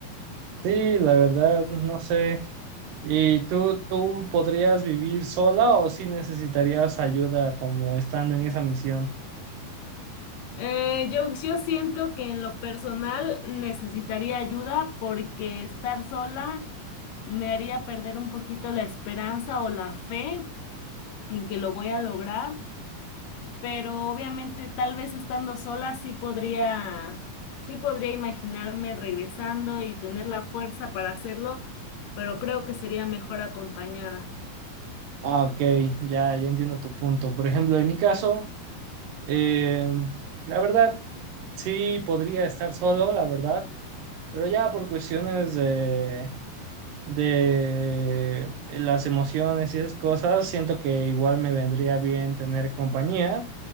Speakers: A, on the right (about 80°); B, on the left (about 75°).
A: Sí, la verdad, no sé. ¿Y tú, tú podrías vivir sola o si necesitarías ayuda como estando en esa misión?
B: Eh, yo, yo siento que en lo personal necesitaría ayuda porque estar sola me haría perder un poquito la esperanza o la fe en que lo voy a lograr, pero obviamente tal vez estando sola sí podría, sí podría imaginarme regresando y tener la fuerza para hacerlo, pero creo que sería mejor acompañada.
A: Ah, ok, ya, ya entiendo tu punto. Por ejemplo, en mi caso, em, la verdad, sí podría estar solo, la verdad, pero ya por cuestiones de, de las emociones y esas cosas, siento que igual me vendría bien tener compañía,